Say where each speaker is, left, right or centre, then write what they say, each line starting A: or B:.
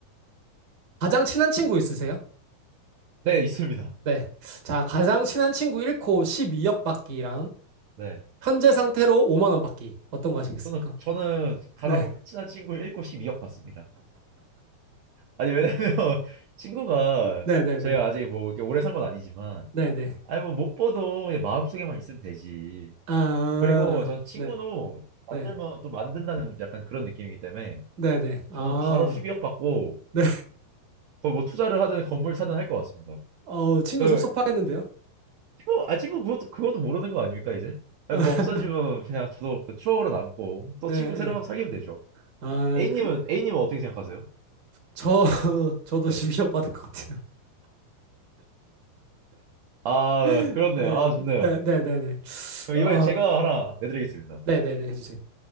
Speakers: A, on the right; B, on the right.
A: 가장 친한 친구 있으세요?
B: 네, 있습니다.
A: 네. 자, 가장 친한 친구 1코 12억 받기랑
B: 네.
A: 현재 상태로 5만 원 받기. 어떤 거 하시겠습니까?
B: 저는, 저는 가장
A: 네.
B: 친한 친구 1곱 12억 봤습니다. 아니, 왜냐면 <laughs> 친구가
A: 네, 네,
B: 제가
A: 네.
B: 아직 뭐 이렇게 오래 산 건 아니지만,
A: 네, 네.
B: 아니, 뭐 못 봐도 그냥 마음속에만 있으면 되지.
A: 아,
B: 그리고 저는 친구도
A: 네. 네.
B: 만들면 또 만든다는 약간 그런 느낌이기 때문에
A: 네, 네. 아.
B: 저는 바로 12억 받고
A: 네.
B: 거의 뭐 투자를 하든 건물 사든 할 것 같습니다.
A: 어우, 친구
B: 그
A: 섭섭하겠는데요?
B: 친구 아 친구 그것도 그것도 모르는 거 아닙니까 이제? 아니
A: <laughs>
B: 뭐 없어지면 그냥 더 추억으로 남고 또
A: 예,
B: 친구
A: 예.
B: 새로 운 사귀면 되죠.
A: 아,
B: A님은
A: 그
B: A님은 어떻게 생각하세요?
A: 저 <laughs> 저도
B: 네.
A: 12억 받을 것 같아요.
B: 아
A: <laughs>
B: 그렇네요.
A: 네,
B: 아 좋네요.
A: 네, 네, 네, 네.
B: 그럼
A: 어,
B: 이번에 제가 하나 내드리겠습니다.
A: 네, 네, 네, 해주세요.